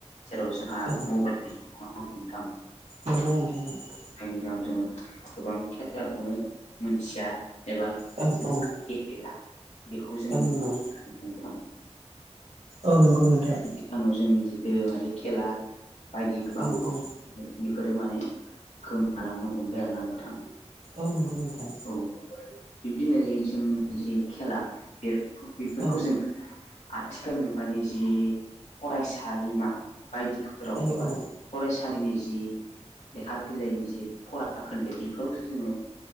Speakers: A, on the left; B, on the right.
A: जेराव जोंहा
B: औ
A: मबाइलनि जुग नोंथां
B: नंगौ नोंथां औ
A: जायनि जाहोनाव जोङो गोबां खेलाखौनो मोनथिया एबा
B: औ
A: जोंहा
B: औ
A: बे गैला बेखौ जोङो
B: औ नंगौ
A: नुनो मोनो आरोना नोंथां
B: औ नंगौ नोंथां।
A: आथिखालाव जोंनि जे दोरोङारि खेला बायदि गोबां
B: औ औ
A: बिफोरो माने गोमालांनो हमबाय आरोना नोंथां।
B: औ नंगौ नोंथां।
A: औ बिब्दिनो जोंनि जि खेला बे बेफोरखौ
B: औ
A: जों आथिखाल मुगानि जि फरायसालिमा बायदिफोराव
B: औ
A: एबा
B: औ
A: फरायसालिनि जि लेखा बिलाइनि जि फरा खोन्दो बेफोरावसो जोङो